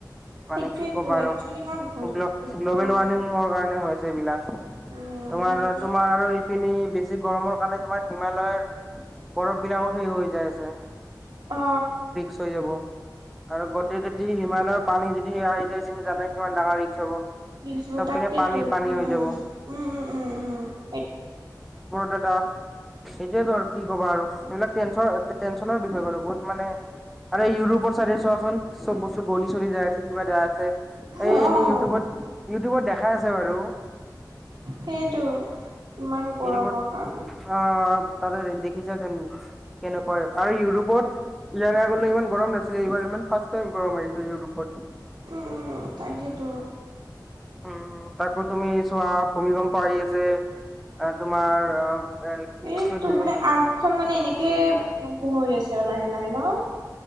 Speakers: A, in the centre; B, on the right.
A: মানে
B: সেইটোয়েতো
A: কি ক'বা আৰু,
B: একচুৱেলি আমাৰ
A: গ্ গ্ল'বেল
B: অ
A: ৱাৰ্মিঙৰ কাৰণে আ হৈছে এইবিলাক।
B: উম
A: তোমাৰ
B: সেইটোৱে
A: তোমাৰ আৰু। পিনি বেছি গৰমৰ কাৰণে তোমাৰ হিমালয়ৰ, বৰফ বিলাকো শেষ হৈ যাই আছে।
B: অ।
A: চ হৈ যাব আৰু গোটেই যদি হিমালয়ৰ পানী যদি সে আহি যায়ি জানাই সমান ডাঙৰ ৰিক্স হব।
B: বিছ
A: চব
B: থাকটেতো
A: পিনে পানী পানী
B: উম
A: হৈ যাব
B: উম উম উম উম উম উম এইটোয়।
A: তেত। সেইটয়েতো আৰু কি ক'ব আৰু এইবিলাক টেনন টেনচনৰ বিষয়ে কনো বহুত মানে। আৰু এই ইউৰোপৰ চাইডে চোৱাচোন চব বস্তু গলি চলি যাই আছে কিবা যাই আছে। এই
B: অ',
A: এনেই ইউটিউবত ইউটিউবত দেখাই আছে বাৰু।
B: সেইটো। ইমান গৰমৰ
A: এইটোপত
B: কাৰণে।
A: অ ততে দেখিছেচোন কনে। হয় আৰু ইউৰোপত, ইয়াৰে আগলে ইমান গৰম নাছিলে এইবাৰ ইমান ফাৰ্ষ্ট টাইম গৰম আহিছে ইউৰোপত।
B: উম উম তাকেইেতো।
A: উম তাকো তুমি চোৱা ভূমিকম্পাৰি আছে, তোমাৰ। এ, কি
B: এইতো
A: বুলি কয় দু-
B: মানে আৰ্টখন মানে এনেকে সংগ্ৰহ হৈ আছে আৰু লাহে লাহে ন।